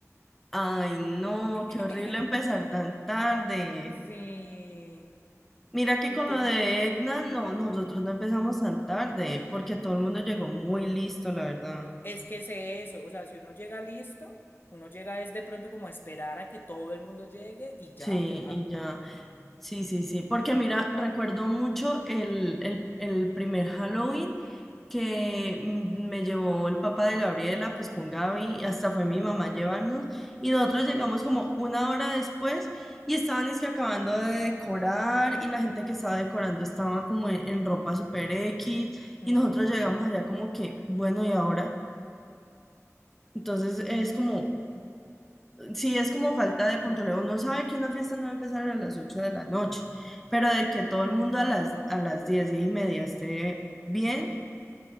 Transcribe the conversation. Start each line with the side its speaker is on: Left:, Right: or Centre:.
Centre: Ay, no,
Left: <laughs>
Centre: qué horrible empezar tan tarde.
Left: Sí.
Centre: Mira que
Left: ¿Y
Centre: con
Left: tú?
Centre: lo de Egna, no, nosotros no empezamos tan tarde, porque todo el mundo llegó muy listo, la verdad.
Left: Es que sé eso, o sea, si uno llega listo, uno llega es de pronto como a esperar a que todo el mundo llegue y ya
Centre: Sí,
Left: a tomar.
Centre: y ya. Sí, sí, sí. Porque mira, recuerdo mucho el, el, el primer Halloween. que mm, me llevó el papá de Gabriela, pues con Gaby, y hasta fue mi
Left: Ujú.
Centre: mamá a llevarnos, y nosotros llegamos como una hora después y estaban es que acabando de decorar y la gente que estaba decorando estaba como en, en ropa super X
Left: Mm,
Centre: y nosotros llegamos allá como que, bueno, ¿y ahora? Entonces es como... Sí, es como falta de puntualidad. Uno sabe que una fiesta no va a empezar a las 8 de la noche, pero de que todo el mundo a las, a las diez diez y media esté bien,